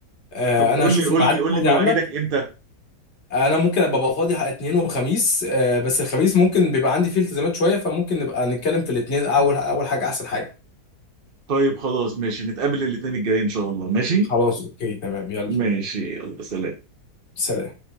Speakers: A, on the left; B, on the right.
A: آه،
B: طب
A: انا
B: قول
A: هشوف
B: لي قول
A: الميعاد
B: لي
A: الفاضي
B: قول لي مواعيدك
A: عندك
B: امتى
A: آه، انا ممكن ابقى بقى فاضي حق اثنين وخميس آه، بس الخميس ممكن بيبقى عندي فيه التزامات شويه فممكن نبقى نتكلم في الاثنين اول اول حاجه احسن حاجه
B: طيب خلاص ماشي نتقابل الاثنين الجاي ان شاء الله ماشي
A: خلاص اوكي تمام يلا
B: ماشي يلا سلام
A: سلام